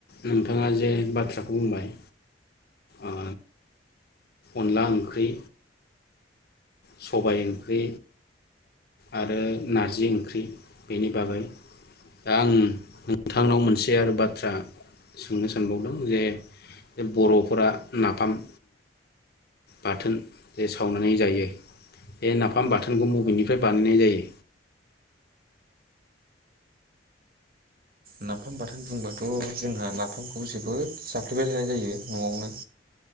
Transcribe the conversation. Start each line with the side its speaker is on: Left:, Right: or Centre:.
Left: नोंथाङा जे बाथ्राखौ बुंबाय ओ अनला ओंख्रै सबाय ओंख्रि आरो नारजि ओंख्रि बेनि बागै दा आं नोंथांनाव मोनसे आरो बाथ्रा सोंनो सानबावदों जे बर'फोरा नाफाम बाथोन जे सावनानै जायो बे नाफाम बाथोनखौ बबेनिफ्राय बानायनाय जायो?
Right: नाफाम बाथोन बुंबाथ' जोंहा नाफामखौ जोबोद जाफ्लेबाय थानाय जायो न'आवनो